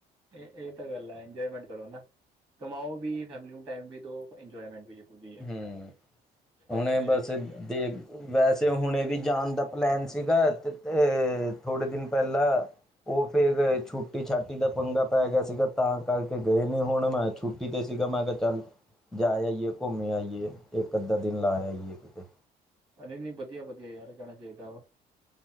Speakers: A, on the right; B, in the centre.
A: ਇਹ ਇਹ ਤਾਂ ਗੱਲ ਐ ਇੰਜੋਏਮੈਂਟ ਕਰੋ ਨਾ ਕਮਾਓ ਵੀ, ਫੈਮਲੀ ਨੂੰ ਟਾਈਮ ਵੀ ਦਿਉ, ਇੰਜੋਏਮੈਂਟ ਵੀ- ਜ਼ਰੂਰੀ ਹੈ
B: ਹੂੰ ਹੂੰ, ਹੁਣੇ
A: ਹਰ ਚੀਜ਼
B: ਬਸ
A: ਜ਼ਰੂਰੀ ਹੈ
B: ਦੇਖ- ਵੈਸੇ ਹੁਣੇ ਵੀ ਜਾਣ ਦਾ ਪਲੈਨ ਸੀਗਾ ਤੇ ਤੇ ਥੋੜੇ ਦਿਨ ਪਹਿਲਾਂ। ਉਹ ਫੇਰ ਛੁੱਟੀ ਛਾਟੀ ਦਾ ਪੰਗਾ ਪੈ ਗਿਆ ਸੀਗਾ ਤਾਂ ਕਰਕੇ ਗਏ ਨਹੀਂ ਹੁਣ ਮੈਂ ਛੁੱ ਕਿਤੇ ਸੀਗਾ ਮੈਂ ਕਿਹਾ ਚੱਲ ਜਾ ਆਈਏ ਘੁੰਮੇ ਆਈਏ ਇੱਕ ਅੱਧਾ ਦਿਨ ਲਾ ਆਈਏ ਕਿਤੇ
A: ਅਰੇ ਨਹੀਂ ਵਧੀਆ ਵਧੀਆ ਯਾਰ ਜਾਣਾ ਚਾਹੀਦਾ ਵਾ।